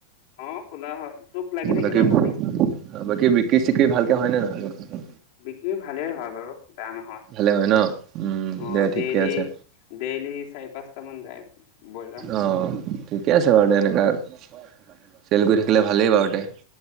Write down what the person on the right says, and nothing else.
বাকী
বাকী
বিক্ৰী চিক্ৰী ভালকে হয়নে না
ভালে হয় ন? উম
দে ঠিকে
আছে।
আহ ঠিকে আছে বাৰু এনে কাৰ চেল কৰি থাকিলে ভালেই বাৰু দে